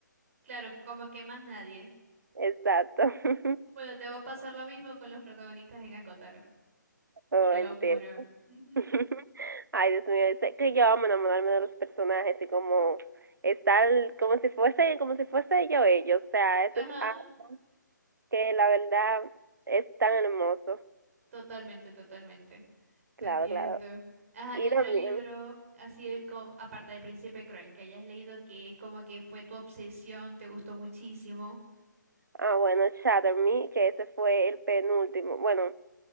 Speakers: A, on the right (about 45°); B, on the right (about 80°).
A: Claro, como que más nadie.
B: Exacto. <laughs>
A: Bueno, te va a pasar lo mismo con los protagonistas en Acotar,
B: oh,
A: te lo
B: entiendo.
A: juro. Ujú.
B: <laughs> Ay, Dios mío, sé que yo amo enamorarme de los personajes y como estar como si fuese, como si fuese yo ellos. O sea, eso
A: Ajá,
B: es algo que la verdad es tan hermoso.
A: totalmente, totalmente. Te
B: Claro,
A: entiendo.
B: claro.
A: Ajá,
B: Y
A: y otro
B: también,
A: libro, así de co- aparte del Príncipe Cruel, que hayas leído que es como que fue tu obsesión, te gustó muchísimo.
B: ah, bueno, Shatter Me, que ese fue el penúltimo, bueno,